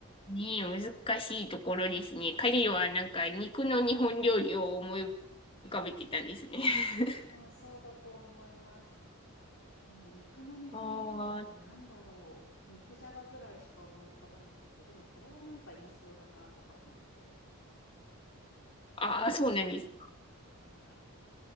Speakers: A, on the left; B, on the left.
A: ね、難しいところですね。彼はなんか肉の日本料理を思い浮かべてたんですね。<laughs>
B: 多分そうだと思います。でも肉の日本料理ってなんだろう。
A: あー、
B: 肉じゃがぐらいしか思い浮かばなくて、でもそれはなんか言いそうだなとか思って。
A: あー、そうなんですか。
B: はい。